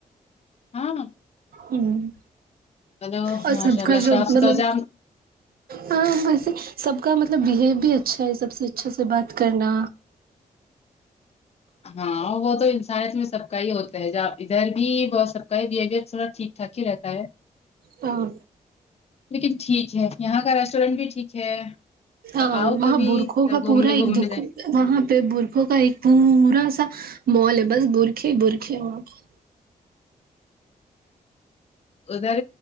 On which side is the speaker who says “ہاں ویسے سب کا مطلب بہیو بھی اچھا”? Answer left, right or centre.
Right